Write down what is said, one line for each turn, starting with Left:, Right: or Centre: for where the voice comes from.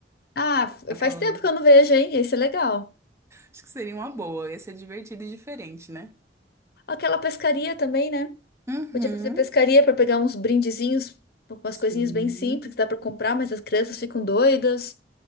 Left: Ah,
Right: Aquela.
Left: faz tempo que eu não vejo, hein? Esse é legal.
Right: Acho que seria uma boa. Ia ser divertido e diferente, né?
Left: Aquela pescaria também, né?
Right: Uhum.
Left: Podia fazer pescaria para pegar uns brindezinhos, umas
Right: Sim.
Left: coisinhas bem simples, que dá para comprar, mas as crianças ficam doidas.